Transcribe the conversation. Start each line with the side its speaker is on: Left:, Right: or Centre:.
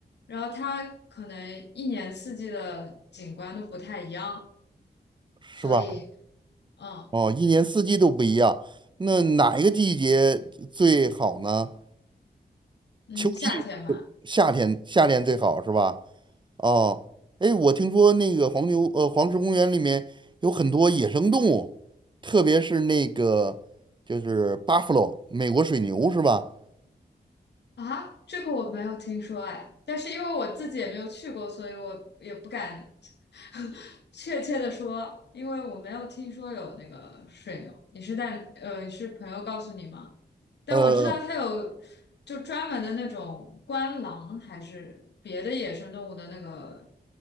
Left: 然后它可能一年四季的景观都不太一样，
Right: 是吧？
Left: 所以，嗯。
Right: 哦，一年四季都不一样，那哪一个季节最好呢？
Left: 嗯，
Right: 秋季，
Left: 夏天嘛，
Right: 夏天，夏天最好是吧？哦，哎，我听说那个黄牛，呃，黄石公园里面有很多野生动物，特别是那个就是 buffalo 美国水牛是吧？
Left: 啊，这个我没有听说哎，但是因为我自己也没有去过，所以我也不敢 <laughs> 确切的说，因为我没有听说有那个水牛。你是在呃，你是朋友告诉你吗？但我知道它有就专门的那种观狼，
Right: 呃。
Left: 还是别的野生动物的那个